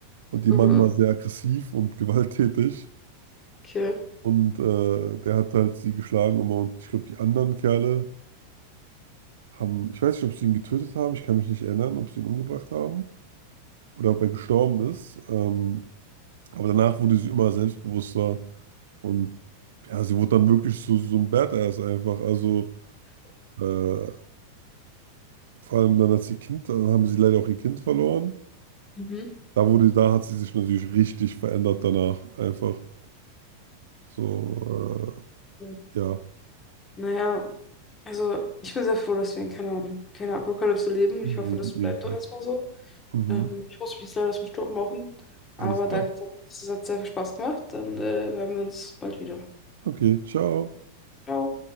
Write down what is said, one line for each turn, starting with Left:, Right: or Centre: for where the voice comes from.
Right: Und ihr
Left: Mhm,
Right: Mann war sehr aggressiv und <laughs> gewalttätig.
Left: okay.
Right: Und äh, der hat halt sie geschlagen immer. Und ich glaube, die anderen Kerle haben, ich weiß nicht, ob sie ihn getötet haben. Ich kann mich nicht erinnern, ob sie ihn umgebracht haben oder ob er gestorben ist. Ähm, aber danach wurde sie immer selbstbewusster. Und ja, sie wurde dann wirklich so, so ein Badass einfach. Also äh, vor allem dann als sie Kind, dann haben sie leider auch ihr Kind verloren.
Left: Mhm.
Right: Da wurde, da hat sie sich natürlich richtig verändert danach. Einfach so,
Left: Mhm.
Right: äh, ja,
Left: Naja. Also, ich bin sehr froh, dass wir in keiner, keiner Apokalypse leben.
Right: Mhm,
Left: Ich hoffe, das bleibt
Right: jedenfalls.
Left: doch erstmal so.
Right: Mhm.
Left: Ähm, ich muss mich jetzt leider aus dem Staub machen.
Right: Alles
Left: Aber
Right: klar.
Left: danke, es hat es hat sehr viel Spaß gemacht. Dann äh, hören wir uns bald wieder.
Right: Okay, ciao.
Left: Ciao.